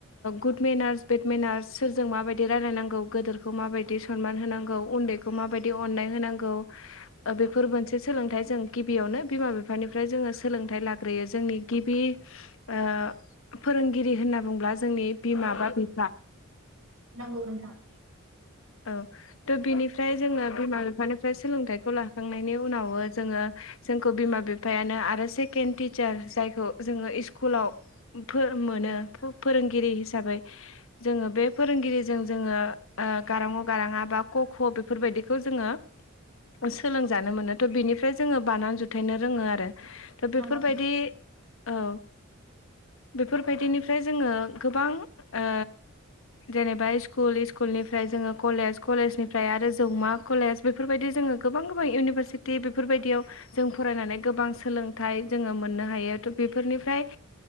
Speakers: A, on the left; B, on the right.
A: गुड मेनार्स बेड मेनार्स सोरजों माबायदि रायलायनांगौ गोदोरखौ माबायदि सनमान होनांगौ उन्दै खौ माबायदि अननाय होनांगौ बेफोर मोनसे सोलोंथाइ जों गिबियावनो बिमा बिफानिफ्राय जोङो सोलोंथाइ लाग्रोयो जोंनि गिबि ओ फोरोंगिरि होनना बुङोब्ला जोंनि बिमा बा बिफा
B: नंगौ नोथां।
A: औ थ' बिनिफ्राय जोङो बिमा बिफानिफ्राय सोलोंथाइखौ लाखांनायनि उनावबो जोङो जोंखौ बिमा बिफायानो आरो सेकेण्ड टिचार जायखौ जोङो इस्कुलाव मोनो फोरोंगिरि हिसाबै जोङो बे फोरोंगिरिजों जोङो गारां अ गारां आ बा क ख बेफोरबायदिखौ जोङो सोलोंजानो मोनो थ' बिनिफ्राय जोङो बानान जुथायनो रोङो आरो दा बेफोरबायदि
B: नंगौ
A: औ बेफोरबायदिनिफ्राय जोङो गोबां ओ जेनेबा इस्कुल इस्कुल नि फ्राय जोङो कलेज कलेजनिफ्राय आरो जौमा कलेज बेफोरबायदि जोङो गोबां गोबां इउनिभारसिटि बेफोरबायदियाव जों फरायनानै गोबां सोलोंथाइ जोङो मोननो हायो थ' बेफोरनिफ्राय